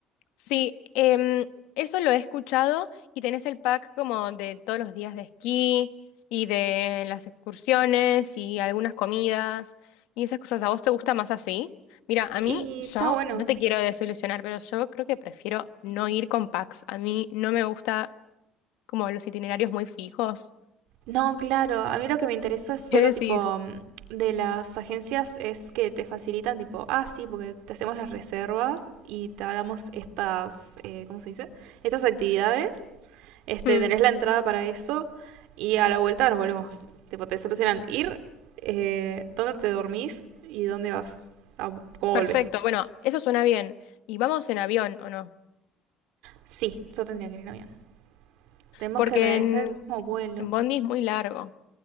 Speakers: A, on the left (about 85°); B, on the right (about 75°).
A: sí. em, eso lo he escuchado y tenés el pack como de todos los días de esquí y de las excursiones y algunas comidas y esas cosas. ¿A vos te gusta más así? Mira, a
B: y
A: mí yo
B: está bueno.
A: no te quiero desilusionar, pero yo creo que prefiero no ir con packs. A mí no me gusta como los itinerarios muy fijos.
B: No, claro, a mí lo que me interesa
A: <laughs>
B: es solo
A: ¿Qué decís?
B: tipo mm, de las agencias es que te facilitan tipo, ah, sí, porque te hacemos las reservas y te damos estas, eh, ¿cómo se dice? Estas actividades Este,
A: Mm,
B: tenés la entrada para eso y a la vuelta nos volvemos. Tipo, te solucionan ir, eh, dónde te dormís y dónde vas, a- cómo
A: perfecto,
B: volvés.
A: bueno, eso suena bien. ¿Y vamos en avión o no?
B: Sí, yo tendría que ir en avión. Tenemos
A: Porque
B: que organizar
A: en,
B: el mismo vuelo.
A: en Bondi es muy largo.